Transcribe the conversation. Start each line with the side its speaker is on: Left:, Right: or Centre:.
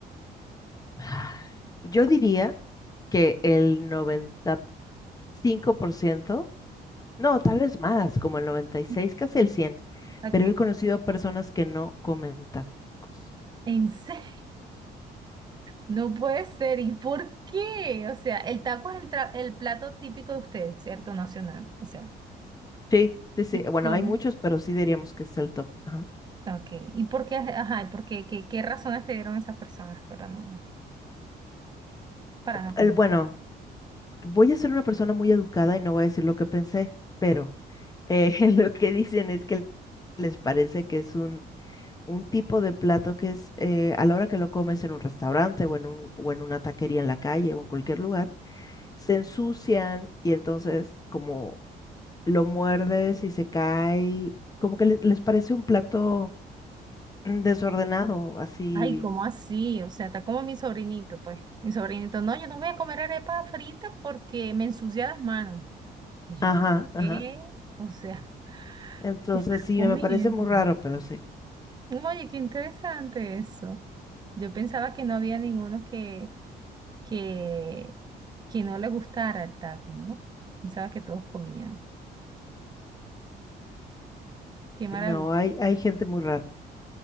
Left: Ah, Yo diría... que el noventa y cinco por ciento no, tal vez más, como el noventa y seis
Right: Ujú.
Left: casi el cien
Right: Ok.
Left: pero he conocido personas que no comen tacos.
Right: ¿En serio? <laughs> No puede ser. ¿Y por qué? O sea, el taco es el, tra- el plato típico de ustedes, ¿cierto? Nacional. O sea,
Left: Sí, sí, sí.
Right: ¿y
Left: Bueno,
Right: cómo?
Left: hay muchos, pero sí diríamos que es el top. ajá.
Right: Ok. ¿Y por qué? Ajá, ¿y por qué? ¿Qué, qué razones te dieron esas personas para no, para no
Left: El,
Right: comer?
Left: bueno, voy a ser una persona muy educada y no voy a decir lo que pensé, pero eh, <laughs> lo que dicen es que les parece que es un, un tipo de plato que es eh, a la hora que lo comes en un restaurante o en un, o en una taquería en la calle o en cualquier lugar se ensucian y entonces como lo muerdes y se cae, como que les, les parece un plato mm, desordenado, así,
Right: Ay, ¿cómo así? O sea, está como mi sobrinito, pues. Mi sobrinito, no, yo no voy a comer arepa frita porque me ensucia las manos. Y yo,
Left: ajá, ajá.
Right: ¿qué? O sea,
Left: Entonces
Right: <laughs> estás
Left: sí,
Right: comiendo.
Left: me parece muy raro, pero sí.
Right: Oye, qué interesante eso. Yo pensaba que no había ninguno que, que, que no le gustara el taco, ¿no? Pensaba que todos comían. Qué maravilla.
Left: No, hay, hay gente muy rara.